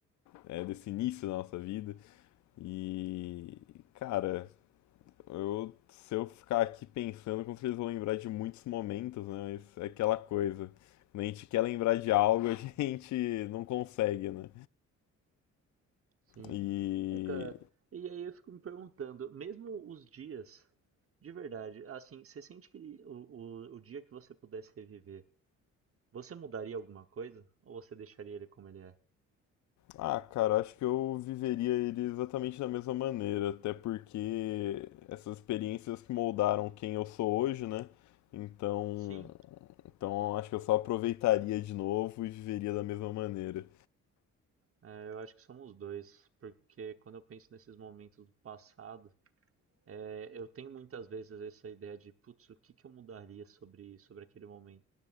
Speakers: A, on the left; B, on the right.
A: é, desse início da nossa vida. E, cara, eu, se eu ficar aqui pensando, com certeza eu vou lembrar de muitos momentos, né? Mas é aquela coisa. Quando a gente quer lembrar de algo, a <laughs> gente não consegue, né?
B: Sim.
A: E.
B: É, cara, e aí eu fico me perguntando, mesmo os dias, de verdade, assim, você sente que o, o, o dia que você pudesse reviver, você mudaria alguma coisa? Ou você deixaria ele como ele é?
A: Ah, cara, acho que eu viveria ele exatamente da mesma maneira, até porque essas experiências que moldaram quem eu sou hoje, né? Então.
B: Sim,
A: Então acho que eu só aproveitaria de novo e viveria da mesma maneira.
B: É, eu acho que somos dois, porque quando eu penso nesses momentos do passado, é, eu tenho muitas vezes essa ideia de, putz, o que que eu mudaria sobre, sobre aquele momento?